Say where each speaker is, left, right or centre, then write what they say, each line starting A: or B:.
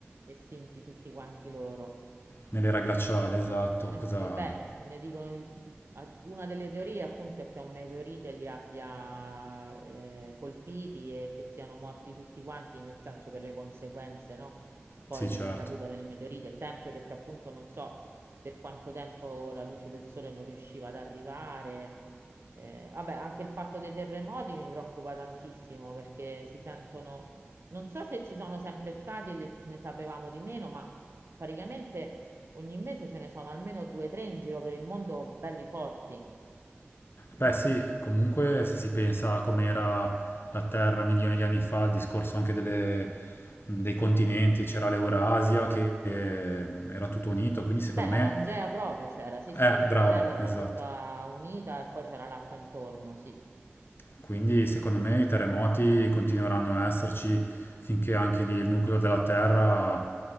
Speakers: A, on the right; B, on the left.
A: estinti tutti quanti loro.
B: nell'era glaciale, esatto.
A: Eh
B: Cosa...
A: sì, beh, ne dicono, a- una delle teorie appunto è che un meteorite li abbia eh, colpiti e che siano morti tutti quanti, nel senso per le conseguenze, no? Poi
B: Sì,
A: della
B: certo.
A: caduta del meteorite, sempre perché appunto non so per quanto tempo la luce del sole non riusciva ad arrivare. Eh, vabbè, anche il fatto dei terremoti mi preoccupa tantissimo perché si sentono, non so se ci sono sempre stati e li- ne sapevamo di meno, ma praticamente Ogni mese ce ne sono almeno due o tre in giro per il mondo belli forti.
B: Beh sì, comunque se si pensa a com'era la Terra milioni di anni fa, il discorso anche delle- dei continenti, c'era l'Eurasia che eh, era tutto unito, quindi secondo
A: Beh, la
B: me...
A: Pangea proprio c'era, sì,
B: Eh,
A: sì,
B: brava,
A: la terra era
B: esatto.
A: tutta unita e poi c'era l'acqua intorno, sì.
B: Quindi secondo me i terremoti continueranno a esserci finché anche lì il nucleo della Terra,